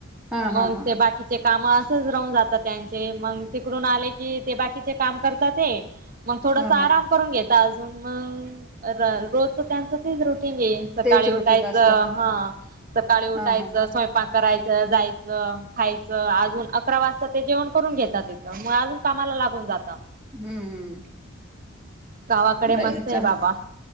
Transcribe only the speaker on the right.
मग
ते बाकीचे काम असच राहून जातात त्यांचे. मग तिकडून आले की ते बाकीचे काम करतात ते मग थोडस
आराम
करून घेता अजून मग, रोजच त्यांचं ते रुटिं टिंग ये. सकाळी
उठायचं
हा सकाळी उठायच
स्वयंपाक करायच, जायचं, खायचं अजून अकरा वाजता ते जेवण करून घेतात तथ. मग अजून कामाला लागून जात.
गावाकडे मस्त
आहे
बाबा